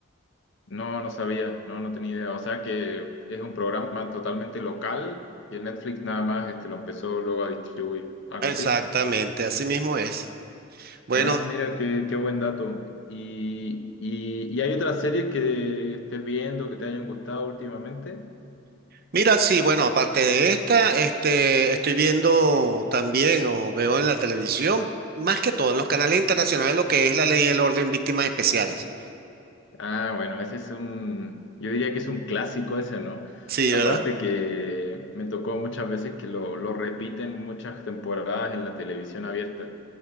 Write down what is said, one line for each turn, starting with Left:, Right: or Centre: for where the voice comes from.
Left: No, no sabía, no, no tenía idea. O sea que es un programa totalmente local y en Netflix nada más este, lo empezó luego a distribuir, algo
Right: Exactamente,
Left: así.
Right: así mismo es. Bueno,
Left: Ah, mira, qué, qué buen dato. ¿Y, y, y hay otras series que estés viendo que te hayan gustado últimamente?
Right: mira, sí, bueno, aparte de esta, este, estoy viendo también o veo en la televisión, más que todo en los canales internacionales, lo que es la ley y el orden víctimas especiales.
Left: Ah, bueno, ese es un, yo diría que es un clásico ese, ¿no?
Right: Sí,
Left: Aparte
Right: ¿verdad?
Left: que me tocó muchas veces que lo, lo repiten muchas temporadas en la televisión abierta.